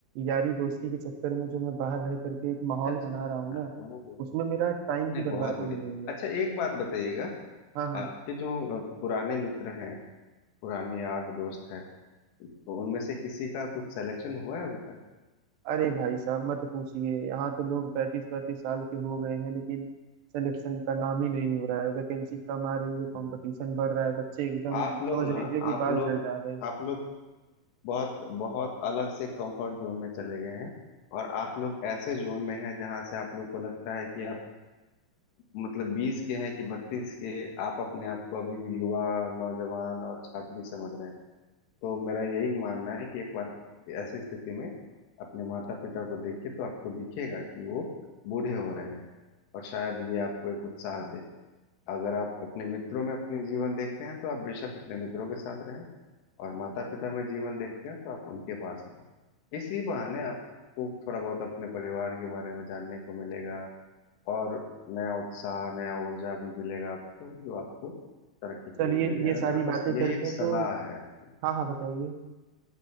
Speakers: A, on the right; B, on the left.
A: यारी दोस्ती के चक्कर में जो मैं बाहर रह करके एक माहौल
B: अच्छा
A: बना रहा हूँ ना
B: हाँ ओहो हो
A: उसमें
B: हो।
A: मेरा टाइम की
B: नहीं
A: बर्बादी
B: बहुत बढ़िया
A: हो रही है
B: अच्छा एक बात बताइएगा
A: हाँ हाँ
B: आपके जो अ, पुराने मित्र हैं पुराने यार दोस्त हैं तो उनमें से किसी का कुछ सिलेक्शन हुआ है अभी तक
A: अरे भाई साहब मत पूछिए यहाँ तो लोग पैंतीस पैंतीस साल के हो गए हैं लेकिन सिलेक्शन का नाम ही नहीं हो रहा है वैकेंसी कम आ रही है
B: नहीं।
A: कंपटीशन बढ़ रहा है बच्चे एकदम
B: आप लोग
A: समझ लीजिए
B: ना
A: कि
B: आप
A: बाल
B: लोग
A: झड़ जा रहे हैं
B: आप लोग बहुत बहुत अलग से कंफर्ट जोन में चले गए हैं और आप लोग ऐसे जोन में हैं जहां से आप लोग को लगता है कि आप मतलब बीस के हैं कि बत्तीस के आप अपने आप को अभी भी युवा नौजवान और छात्री समझ रहे हैं तो मेरा यही मानना है कि एक बार ऐसी स्थिति में अपने माता पिता को देखिए तो आपको दिखेगा कि वो बूढ़े हो रहे हैं और शायद ये आपको एक उत्साह दे अगर आप अपने मित्रों में अपने जीवन देखते हैं तो आप बेशक अपने मित्रों के साथ रहें और माता पिता में जीवन देखते हैं तो आप उनके पास रहें इसी बहाने आपको थोड़ा बहुत अपने परिवार के बारे में जानने को मिलेगा और नया उत्साह नया ऊर्जा भी मिलेगा आपको जो आपको तरक्की की
A: चलिए
B: ओर ले जाएगा
A: ये सारी
B: मेरा
A: बातें
B: बस
A: करके
B: यही एक सलाह
A: तो
B: है आपकी
A: हाँ हाँ बताइए